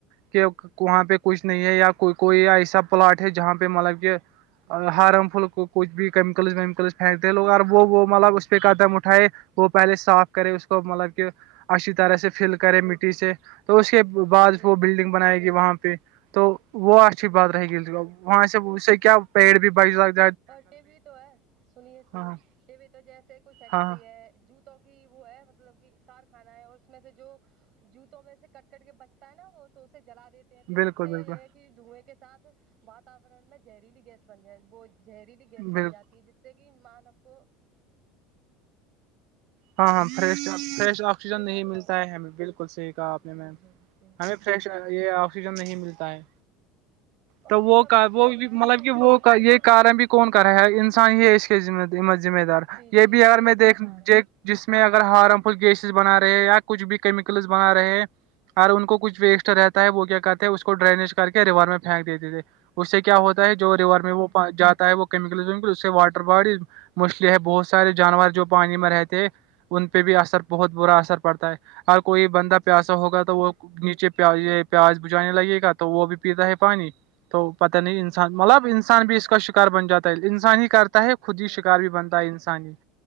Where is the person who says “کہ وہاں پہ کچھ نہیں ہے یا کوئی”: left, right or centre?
Right